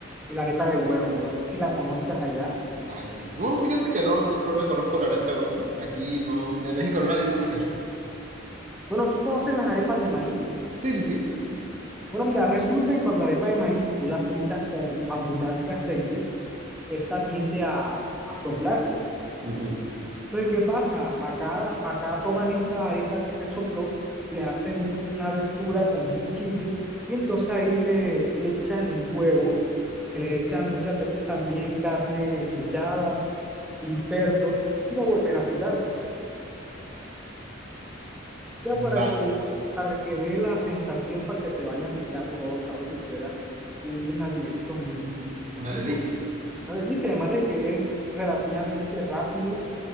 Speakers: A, in the centre; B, on the right (about 40°).
A: el arepa de huevo. No sé si la conozcas allá.
B: Vaya, no, fíjate que no, no, no le conozco la arepa de huevo. Aquí no, en México no la venimos manejando.
A: Bueno, ¿tú conoces las arepas de maíz?
B: Sí, sí, sí.
A: Bueno, mira, resulta que cuando arepa de maíz tú la fritas con abundante aceite, esta tiende a, a soplarse.
B: Ujú.
A: Entonces, ¿qué pasa? Acá, acá toman esa arepa que se sopló, le hacen una abertura con un cuchillo y entonces ahí le echan el huevo, que le echan muchas veces también carne mechada y cerdo y la vuelven a fritar, ya
B: Vaya,
A: para que, para que dé la sensación, para que se vayan mezclando todos los sabores y queda un alimento muy
B: una
A: rico.
B: delicia.
A: Una delicia, además de que es relativamente rápido